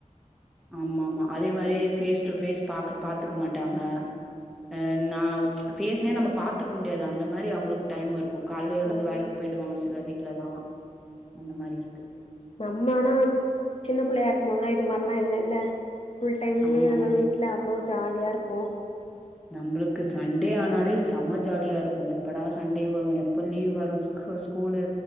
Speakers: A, in the centre; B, on the left.
A: ஆமாமா அதே மாதிரி ஃபேஸ் டூ ஃபேஸ் பாக்க பாத்துக்க மாட்டாங்க அ நா ஃபேசே நம்ம பாத்துக்க முடியாது அந்த மாரி அவுங்களுக்கு டைம் இருக்கு கால்ல எழுந்து
B: ம்
A: வேலைக்கு போயிடுவாங்க சில வீட்லெல்லா அந்த மாரி இருக்கு
B: நம்மானா சின்ன புள்ளையா இருக்கு போதுலா இது மாரிலா இல்லல ஃபுல் டைம்மே
A: ஆமா.
B: நம்ம வீட்ல அவ்ளோ ஜாலியா இருப்போ
A: நம்பளுக்கு சண்டே ஆனாலே செம ஜாலியா இருக்கு எப்படா சண்டே வரு எப்ப லீவ் வரு ஸ் க ஸ்கூலு